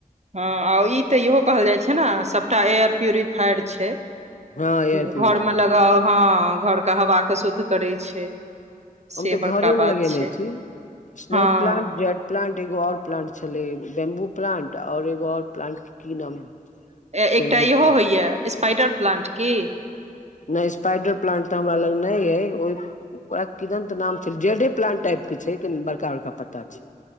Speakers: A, on the right; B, on the left.
A: हँ आ ई तऽ इहो कहल जाइ छै ने सभटा एयर प्यूरिफायड छै
B: हँ एयर प्यूरिफायर
A: घरमे लगाउ हँ घरके हवाके शुद्ध करै छै से
B: हम तऽ
A: बड़का
B: घरे
A: बात
B: मे लगेने
A: छै
B: छी स्नेक
A: हँ
B: प्लांट जेड प्लांट एगो आओर प्लांट छलै बम्बू प्लान्ट आओर एगो आओर प्लांट के की नाम
A: एकटा
B: छै
A: इहो होइए स्पाइडर प्लांट की
B: नय स्पाइडर प्लांट तऽ हमरा लग नहि अइ ओहि ओकरा किदनत नाम छै जेडे प्लंट टाइप के छै कनि बड़का बड़का पत्ता छै